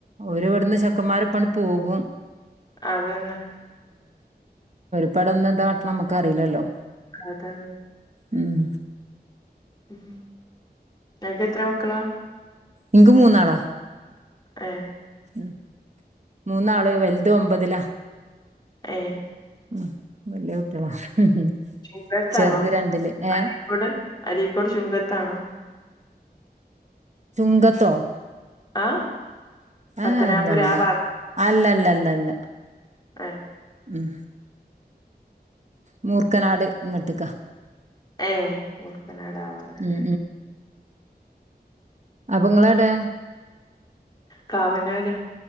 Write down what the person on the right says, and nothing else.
ഓരിവിടുന്ന്
ചെക്കന്മാരൊപ്പങ്ങട് പോകും..
ഇപ്പൊ അവിടെനിന്നെന്താകാട്ടണ നമുക്കറിയില്ലല്ലോ.
ഉം...
നിക്ക് മൂന്നാളാ.
ഉം. മൂന്നാള്.. വലുത് ഒമ്പതിലാ.
മ്.. വല്യ കുട്ടികളാ.. ഉം.. ഹും.
ചെറുത് രണ്ടില്. ങേഹ്..
ചുങ്കത്തോ...?
ങാ...
അല്ലല്ല..
അല്ലല്ലല്ലല്ല.
മ്മ്. മൂർക്കനാട്.. ഇങ്ങട്ട്ക്ക.
ഉം അപ്പ.. ങ്ങളെവിടെ...?